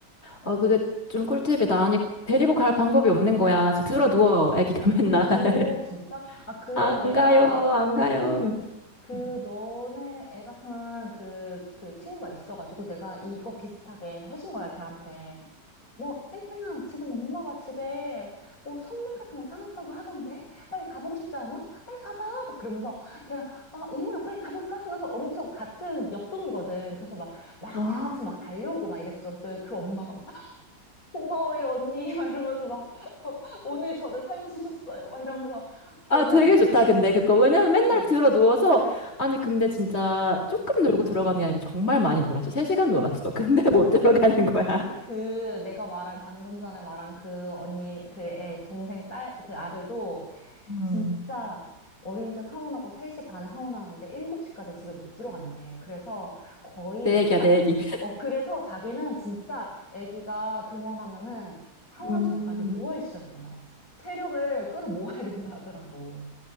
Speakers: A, on the left; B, on the left.
A: 아, 그게 좀 꿀팁이다. 아니, 데리고 갈 방법이 없는 거야. 그래서 들어 누워, 애기가 맨날.
B: 어,
A: <laughs>
B: 진짜? 아, 그래,
A: 안
B: 내가,
A: 가요, 안 가요.
B: 응,
A: 막.
B: 그,
A: 음.
B: 너네 애 같은 그, 그 친구가 있어가지고 내가 이거 비슷하게 해준 거야, 걔한테. 뭐, 땡땡아, 지금 엄마가 집에 뭐 선물 같은 거 사놨다고 하던데? 빨리 가보고 싶지 않아? 빨리 가봐! 막 그러면서 걔랑, 아, 이모랑 빨리 가볼까? 하면서 엄청 같은 옆동이거든. 그래서 막, 막
A: 아,
B: 다 같이 막 달려오고 막 이랬어. 그때 그 엄마가 막 고마워요, 언니. <laughs> 막 이러면서 막, <laughs> 어, 오늘 저를 살려주셨어요. 막 이러면서 걔는,
A: 아, 되게 좋다, 근데 그거. 왜냐면
B: 어,
A: 맨날 들어 누워서, 아니, 근데 진짜
B: 음,
A: 조금
B: 음.
A: 놀고 들어가는 게 아니고 정말 많이 놀았어. 3시간 놀았어. <laughs> 근데 못 들어가는 거야.
B: 그 내가 말한 방금 전에 말한 그 언니 그 애 동생 딸 그 아들도
A: 음.
B: 진짜 어린이집 하원하고 3시 반에 하원하는데 7시까지 집에 못 들어간대. 그래서 거의
A: 내 얘기야,
B: 자
A: 내 얘기.
B: 어, 그래서 자기는 진짜 아기가 등원하면은 하원
A: 음.
B: 전까지 누워 있어야 된다 그랬어. 체력을 끌어모아야 <laughs> 된다 하더라고.